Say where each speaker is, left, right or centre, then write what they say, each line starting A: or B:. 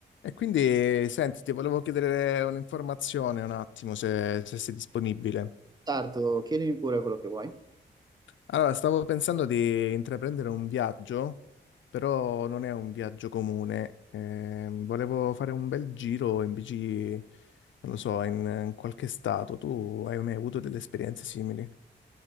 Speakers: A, on the left; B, on the right.
A: E quindi, senti, ti volevo chiedere un'informazione un attimo, se, se sei disponibile.
B: Sarto, chiedimi pure quello che vuoi.
A: Allora, stavo pensando di intraprendere un viaggio, però non è un viaggio comune. Ehm, volevo fare un bel giro in bici, non lo so, in, in qualche stato. Tu hai mai avuto delle esperienze simili?